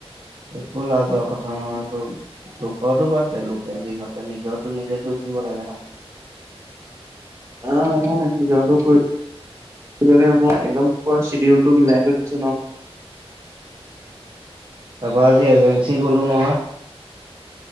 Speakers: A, on the right (about 50°); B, on the right (about 25°).
A: একো লাজৰ কথা নহয় তো লোকো লোকৰ তো বাদ দে লোকে যি ভাবে নিজ তো নিজে কৰি থাকিব লাগে ন।
B: <unintelligible> একদম শিডিউলমি মিলাই থৈ দিছে ন।
A: তপা আজি এজেঞ্চি গলো নহয়